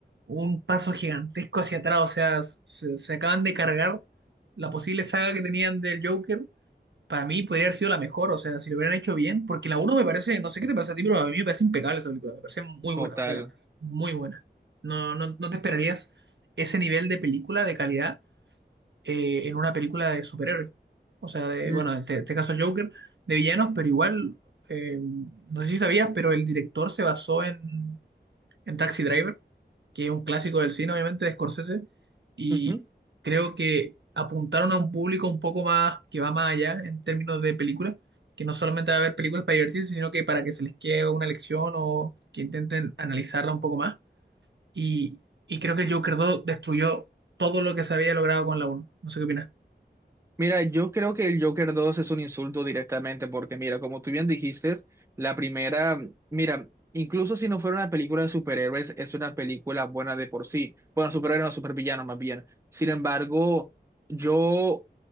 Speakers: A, on the right; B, on the right.
A: un paso gigantesco hacia atrás. O sea, se, se acaban de cargar la posible saga que tenían del Joker Para mí podría haber sido la mejor, o sea, si lo hubieran hecho bien, porque la uno me parece, no sé qué te parece a ti, pero a mí me parece impecable esa película, me parece muy buena,
B: Total.
A: o sea, muy buena. No, no, no te esperarías ese nivel de película, de calidad, eh, en una película de superhéroes. O sea, de,
B: Mm,
A: bueno, en este, este caso Joker, de villanos, pero igual, eh, no sé si sabías, pero el director se basó en, en Taxi Driver, que es un clásico del cine, obviamente, de Scorsese, y
B: ujú.
A: creo que apuntaron a un público un poco más que va más allá en términos de películas, que no solamente va a ver películas para divertirse, sino que para que se les quede una lección o que intenten analizarla un poco más. Y, y creo que el Joker 2 destruyó todo lo que se había logrado con la uno. No sé qué opinas.
B: Mira, yo creo que el Joker 2 es un insulto directamente, porque mira, como tú bien dijiste, la primera, mira, incluso si no fuera una película de superhéroes, es una película buena de por sí. Bueno, superhéroes no, supervillanos más bien. Sin embargo, yo